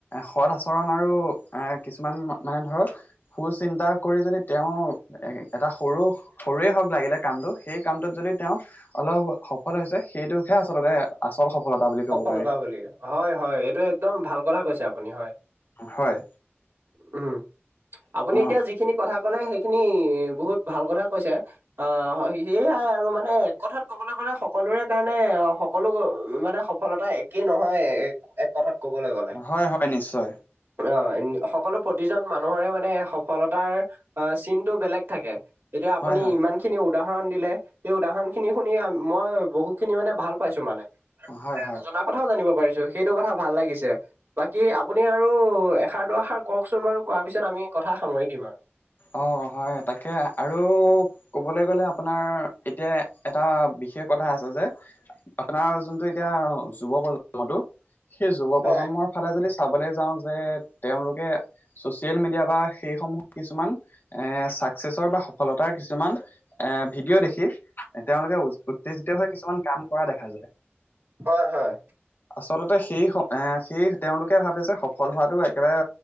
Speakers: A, on the left; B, on the right.
A: সৎ আচৰণ আৰু এ, কিছুমান মানে ধৰক সু চিন্তা কৰি যদি তেওঁৰ এ, এটা সৰু সৰুৱে হওক লাগিলে কামটো সেই কামটোত যদি তেওঁ অলপ সফল হৈছে সেইটোহে আচলতে আচল সফলতা বুলি
B: সফলতা
A: ক'ব পাৰি
B: বুলি, হয়, হয়, এইটো একদম ভাল কথা কৈছে আপুনি, হয়।
A: হয়।
B: উম। আপুনি
A: অ'
B: এতিয়া যিখিনি কথা ক'লে সেইখিনি বহুত ভাল কথা কৈছে। অ' সেয়াই আৰু মানে এক কথাত ক'বলৈ গ'লে সকলোৰে কাৰণে সকলো মানে সফলতা একেই নহয়, এ-এক কথাত ক'বলৈ গ'লে।
A: হয় হয় নিশ্চয়
B: অ' সকলো প্ৰতিজন মানুহৰে মানে সফলতাৰ আ, চিনটো বেলেগ থাকে। এতিয়া আপুনি
A: হয় হয়
B: ইমান খিনি উদাহৰণ দিলে, সেই উদাহৰণখিনি শুনি আ, মই বহুখিনি মানে ভাল পাইছোঁ মানে।
A: হয়
B: তে
A: হয়
B: নজনা কথাও জানিব পাৰিছোঁ, সেইটো কথা ভাল লাগিছে। বাকী আপুনি আৰু এষাৰ দুৱাষাৰ কওকচোন বাৰু, কোৱাৰ পিছত আমি কথা সামৰি দিম আৰু।
A: অ' হয় তাকে, আৰু ক'বলৈ গলে আপোনাৰ, এতিয়া এটা বিশেষ কথা আছে যে আপোনাৰ যোনটো এতিয়া যুৱ প্ৰজন্মটো, সেই যুৱ
B: হয়,
A: প্ৰজন্মৰ ফালে যদি চাবলৈ যাওঁ যে, তেওঁলোকে চচিয়েল মিডিয়া বা সেইসমূহ কিছুমান এ' চাকচেছৰ বা সফলতাৰ কিছুমান এ' ভিডিঅ' দেখি তেওঁলোকে উ-উত্তেজিত হৈ কিছুমান কাম কৰা দেখা যায়।
B: হয়, হয়।
A: আচলতে সেই স, এ, সেই তেওঁলোকে ভাবে যে, সফল হোৱাটো একেবাৰে